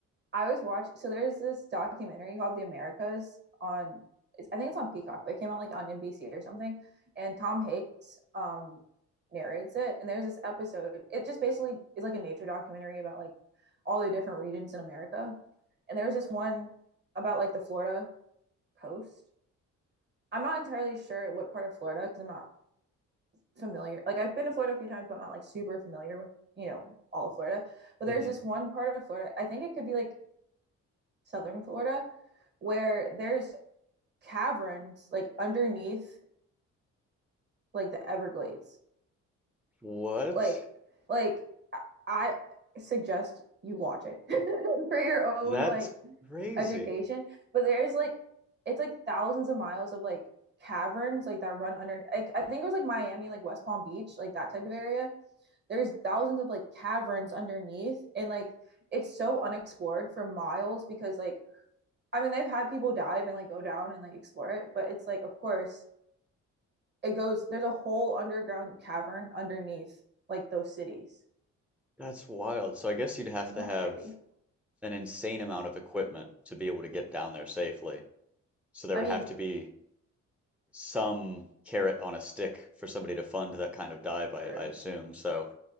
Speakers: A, on the right; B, in the centre.
A: I was watching. So there's this documentary called The Americas on. It's, I think it's on Peacock, but it came out like on NBC or something. And Tom Hanks um, narrates it. And there's this episode. It just basically is like a nature documentary about like all the different regions in America. And there was this one about like the Florida coast. I'm not entirely sure what part of Florida because I'm not familiar. Like I've been to Florida a few times, but I'm not like super familiar with you know all of Florida. But
B: mhm.
A: there's this one part of Florida. I think it could be like southern Florida, where there's caverns like underneath like the Everglades.
B: What?
A: Like like I suggest you watch it <laughs> for your own
B: That's
A: like
B: crazy.
A: education. But there's like it's like thousands of miles of like caverns like that run under like I think it was like Miami, like West Palm Beach, like that type of area. There's thousands of like caverns underneath and like it's so unexplored for miles because like I mean, they've had people dive and like go down and like explore it, but it's like, of course, it goes, there's a whole underground cavern underneath like those cities.
B: That's wild. So I guess you'd have
A: Isn't
B: to
A: that
B: have
A: crazy?
B: an insane amount of equipment to be able to get down there safely. So there
A: I
B: would
A: mean,
B: have to be some carrot on a stick for somebody to fund that kind of dive, I,
A: true.
B: I assume. So